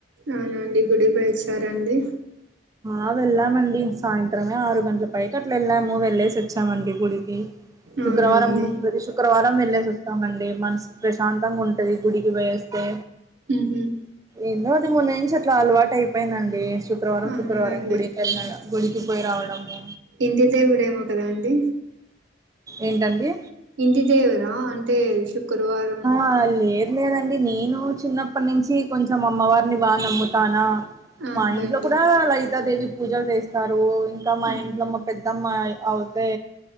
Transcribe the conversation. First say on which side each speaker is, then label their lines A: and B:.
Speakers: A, on the right (about 80°); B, on the right (about 20°).
A: అవునండి గుడి పోయి వచ్చారాండి
B: ఆ వెళ్ళామండి సాయంత్రమే ఆరు గంటల పైకి అట్లా వెళ్ళాము వెళ్ళేసి వచ్చామండి గుడికి శుక్రవారం
A: అవునండి
B: ప్రతి శుక్రవారం వెలెస్ వస్తామండి మనసు ప్రశాంతంగా ఉంటంది గుడికి పోయేస్తే
A: హు హుమ్మ్
B: ఏందో అది ముందు నుంచి అట్లా అలవాటు అయిపోయిందండి శుక్రవారం
A: అవునండి
B: శుక్రవారం గుడికి వెళ్ళిన గుడికి పోయి రావడము
A: ఇంటి దేవుడేమో కదా అండి
B: ఏంటండి
A: ఇంటి దేవరా అంటే శుక్రవారం
B: ఆ లేదు లేదండి నేను చిన్నప్పటి నుంచి కొంచెం అమ్మవారిని బాగా నమ్ముతానా
A: అవునులేండి
B: మా ఇంట్లో కూడా లలితాదేవి పూజలు చేస్తారు ఇంకా మా
A: అవును
B: ఇంట్లో మా పెద్దమ్మ అవ్ తే